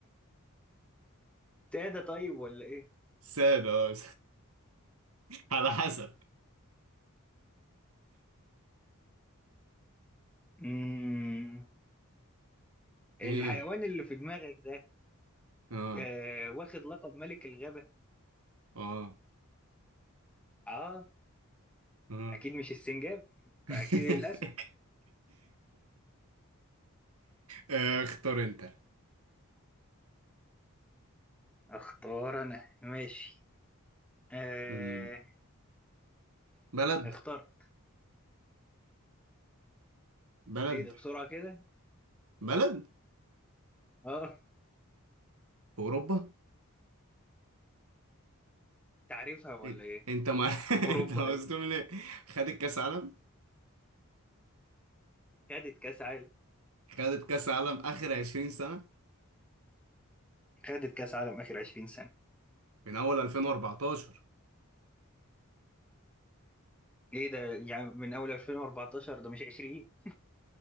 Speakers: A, in the centre; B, on the right.
A: ساده طيب ولا ايه
B: ساد اه <laughs> على حسب
A: مم.
B: ايه
A: الحيوان اللي في دماغك ده
B: اه
A: آه. واخد لقب ملك الغابه
B: اه
A: اه
B: اه
A: اكيد مش السنجاب
B: <laughs>
A: فاكيد الاسد
B: آه، اختار انت
A: اختار انا ماشي آه.
B: مم. بلد
A: اختار
B: بلد
A: ايه ده بسرعة كده؟
B: بلد
A: اه
B: في اوروبا
A: تعرفها ولا
B: إن-
A: ايه؟
B: انت ما <laughs>
A: اوروبا
B: انت مصدوم
A: ايه
B: ليه خدت كاس عالم
A: خدت كاس عالم
B: خدت كاس عالم اخر 20 سنة
A: خدت كاس عالم اخر 20 سنة
B: من اول 2014
A: ايه ده يعني من اول 2014 ده مش 20